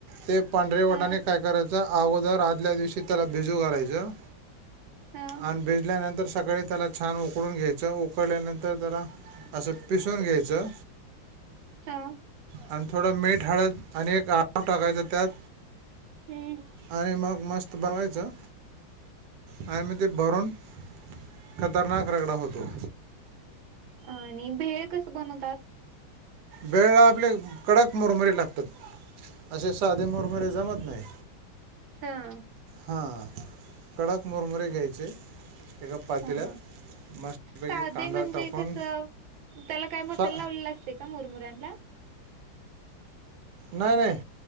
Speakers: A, on the right; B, on the right.
A: ते पांढरेवटाने
B: हा
A: काय करायचं अगोदर आदल्या दिवशी त्याला भिजू घालायचं.
B: हा
A: आणि भिजल्यानंतर सकाळी त्याला छान उकडून घ्यायचं, उकळल्यानंतर त्याला असं पिसवून घ्यायचं.
B: हा.
A: आणि थोडं मीठ, हळद आणि एक आव टाकायचा त्यात.
B: हम्म.
A: आणि मग मस्त बघायचं, आणि मग ते भरून खतरनाक रगडा होता.
B: आणि भेळ कसं बनवतात?
A: भेळाआपले कडक मुरमुरे लागतात, असे साधे मुरमुरे जमत नाही.
B: हं.
A: हा कडक मुरमुरे घ्यायचे. एका पातेल्यात
B: ह ह,
A: मस्तपैकी
B: साधे
A: कांदा
B: म्हणजे
A: टाकून
B: कस त्याला काय मसाला
A: सा
B: लावलेला ते का मुरमुऱ्यांना.
A: नाही नाही